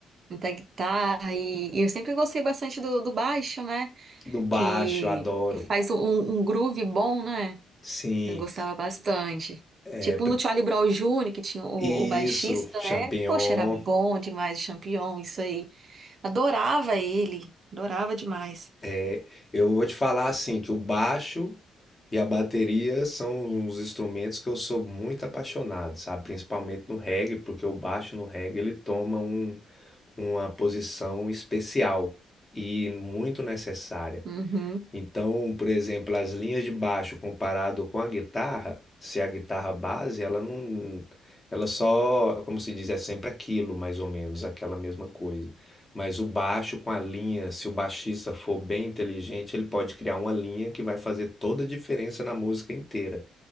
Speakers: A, on the right; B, on the left.
A: muita guitarra e, e eu sempre gostei bastante do, do baixo, né?
B: Do baixo,
A: Que
B: adoro.
A: faz um, um um groove bom, né?
B: Sim.
A: Eu gostava bastante.
B: É
A: Tipo no Charlie Brown Júnior que tinha o,
B: Isso,
A: o baixista,
B: champignon.
A: né? Poxa, era bom demais, o Champion, isso aí. Adorava ele, adorava demais.
B: É, eu vou te falar assim que o baixo e a bateria são os instrumentos que eu sou muito apaixonado, sabe? Principalmente no reggae, porque o baixo no reggae ele toma um- uma posição especial e muito necessária.
A: Uhum.
B: Então, por exemplo, as linhas de baixo comparado com a guitarra, se é a guitarra base, ela não, ela só, como se diz, é sempre aquilo, mais ou menos, aquela mesma coisa. Mas o baixo com a linha, se o baixista for bem inteligente, ele pode criar uma linha que vai fazer toda a diferença na música inteira.